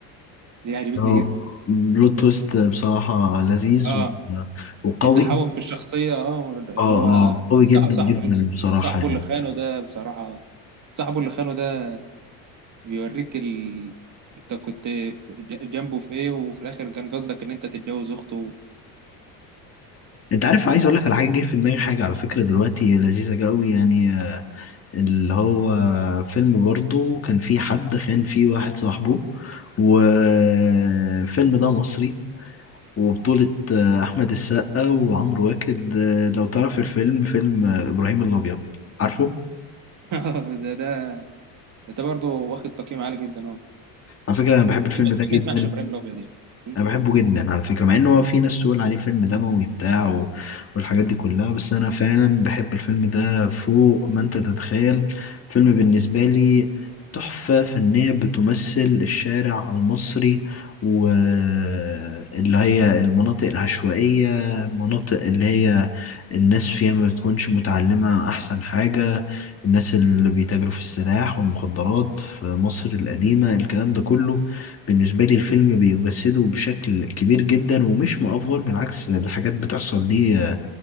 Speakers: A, on the right; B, on the left.
A: دي عجبتني
B: اه
A: جدا
B: بلوت تويست بصراحة لذيذ
A: اه
B: و... وقوي
A: التحول في الشخصيه اه اللي
B: اه
A: هو
B: اه قوي
A: صاح-
B: جدا
A: صاحبه
B: جدا بصراحة
A: صاحبه
B: يعني
A: اللي خانه ده بصراحه صاحبه اللي خانه ده بيوريك ال... انت كنت في- ج- جنبه في ايه وفي الاخر كان قصدك ان انت تتجوز اخته
B: انت عارف عايز اقول لك على حاجة جه في دماغي حاجة على فكرة دلوقتي لذيذة قوي يعني آه، اللي هو فيلم برضو كان فيه حد خان فيه واحد صاحبه والفيلم ده مصري وبطولة آه، أحمد السقا وعمرو واكد آه، لو تعرف الفيلم فيلم آه، إبراهيم الأبيض عارفه؟
A: <laughs> ده ده انت برضه واخد تقييم عالي جدا اه
B: على فكرة أنا بحب الفيلم
A: مين ما
B: ده
A: مين
B: جدا
A: ما يسمعش ابراهيم الابيض يعني ايه
B: انا
A: طب
B: بحبه جدا على فكره مع ان هو في ناس تقول عليه فيلم دموي بتاع و- والحاجات دي كلها بس انا فعلا بحب الفيلم ده فوق ما انت تتخيل فيلم بالنسبه لي تحفه فنيه بتمثل الشارع المصري واللي هي المناطق العشوائيه مناطق اللي هي الناس فيها ما بتكونش متعلمه احسن حاجه الناس اللي بيتاجروا في السلاح والمخدرات في مصر القديمه الكلام ده كله بالنسبة لي الفيلم بيجسده بشكل كبير جدا ومش مأفور بالعكس ده الحاجات بتحصل دي آه،